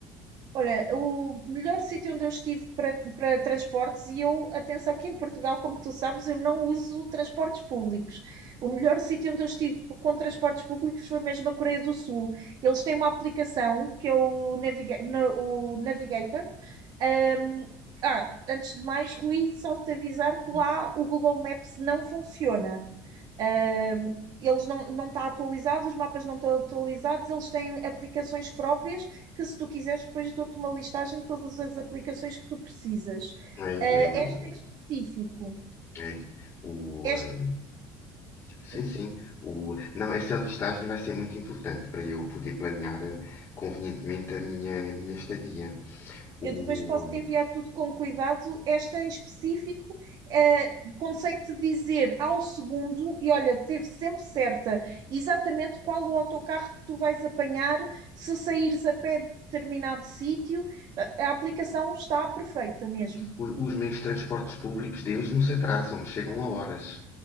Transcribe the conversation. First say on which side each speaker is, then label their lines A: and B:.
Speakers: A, on the right (about 50°); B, on the left (about 30°).
A: Olha, o melhor sítio onde eu estive para, para transportes, e eu, atenção, que em Portugal, como tu sabes, eu não uso transportes públicos. O melhor sítio onde eu estive com transportes públicos foi mesmo a Coreia do Sul. Eles têm uma aplicação que é o, Naviga- na- o Navigator. Ahm, ah, antes de mais, Rui, só te avisar que lá o Google Maps não funciona. Uh, eles não, não está atualizados os mapas não estão atualizados, eles têm aplicações próprias que, se tu quiseres, depois dou-te uma listagem de todas as aplicações que tu precisas. Uh,
B: É, eu-
A: esta em específico,
B: é, o,
A: este,
B: ah, sim,
A: ui,
B: sim. O, não, essa listagem vai ser muito importante para eu poder planear ah, convenientemente a minha, a minha estadia. O,
A: Eu depois posso te enviar
B: ah,
A: tudo com cuidado. Esta em específico, eh, consegue-te dizer ao segundo, e olha, teve sempre certa, exatamente qual o autocarro que tu vais apanhar se saíres a pé de determinado sítio. A, a aplicação está perfeita mesmo.
B: o- os meios de transportes públicos deles não se atrasam, chegam a horas.